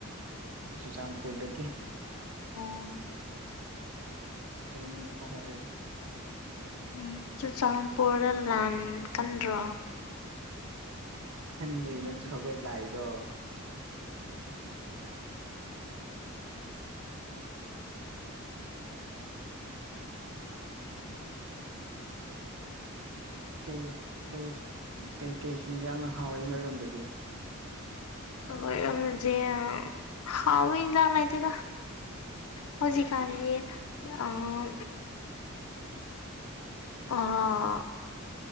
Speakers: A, on the right; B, on the left.
A: ꯆꯨꯔꯆꯥꯟꯄꯨꯔꯗꯒꯤ
B: ꯑꯣ
A: ꯑꯗꯨ ꯐꯔ ꯍꯥꯏꯔ
B: ꯎꯝ ꯆꯨꯔꯆꯥꯟꯥꯟꯄꯨꯔꯗ ꯂꯥꯟ ꯀꯟꯗ꯭ꯔꯣ
A: ꯍꯟꯕꯒꯤ ꯅꯠꯇ꯭ꯔꯣ ꯑꯩꯈꯣꯏ ꯂꯥꯏꯗꯣ ꯀꯩ ꯀꯩ ꯀꯩꯀꯩ ꯍꯤꯟꯖꯥꯡꯅ ꯍꯥꯎꯏ ꯅꯣꯏꯔꯣꯝꯗꯗꯤ
B: ꯁꯒꯖꯦ ꯍꯥꯎ ꯍ ꯆꯒꯥꯥꯏꯆꯦ ꯀ ꯍꯧꯖꯤꯛꯀꯥꯟꯒꯤ ꯑꯥ ꯑ